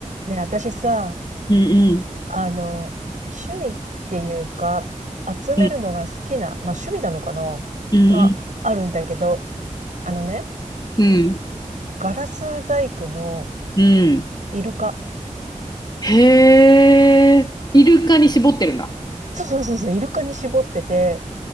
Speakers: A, on the right; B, on the left.
A: ね、私さ、
B: うんうん。
A: あの、趣味っていうか、集めるのが好きな、
B: う
A: まあ趣味なのかながあるんだけど、
B: ん
A: あのね、
B: うん。うん。
A: ガラス細工の
B: うん
A: イルカ。
B: へえ。イルカに絞ってるんだ。
A: そうそうそうそう、イルカに絞ってて、